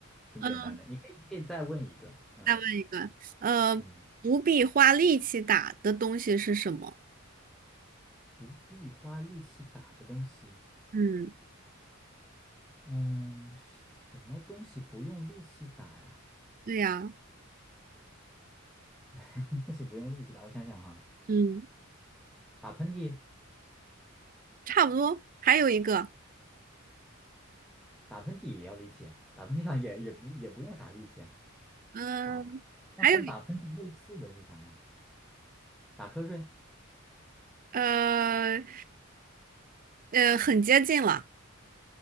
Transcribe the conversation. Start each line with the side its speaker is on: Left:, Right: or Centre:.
Centre: 挺简单的。
Right: 嗯，
Centre: 你可以，你可以再问一个，嗯
Right: 再问一个，呃，
Centre: 嗯，
Right: 不必花力气打的东西是什么？
Centre: 不必花力气打的东西，
Right: 嗯，
Centre: 嗯，什么东西不用力气打呀？
Right: 对呀，
Centre: <laughs> 什么东西不用力气打？我想想哈，
Right: 嗯，
Centre: 打喷嚏，
Right: 差不多。还有一个，
Centre: 打喷嚏也要力气啊，打喷嚏好像也也不也不用啥力气啊。
Right: 嗯，
Centre: 打喷，那跟打喷嚏类似的是啥呢？
Right: 还有一
Centre: 打瞌睡，
Right: 呃呃，很接近了。